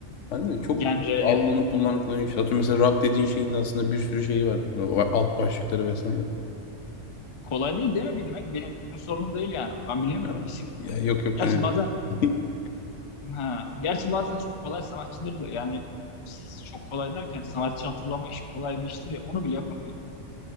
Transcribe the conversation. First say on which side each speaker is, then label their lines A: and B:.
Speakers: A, on the left; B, on the left.
A: ben de çok
B: genrelerin.
A: allanıp bulanıkların işte atıyorum mesela rock dediğin şeyin de aslında bir sürü şeyi var. Alt başlıkları vesaire.
B: Kolay değil değil mi bilmek? Benim sorunum değil yani bu. Ben bilemiyorum.
A: Ya,
B: İsim
A: ya yok yok
B: Gerçi
A: hani
B: bazen
A: <laughs>
B: ha, gerçi bazen çok kolay sanatçıları da yani s- çok kolay derken sanatçı hatırlama işi kolay bir iştir ya onu bile yapamıyorum.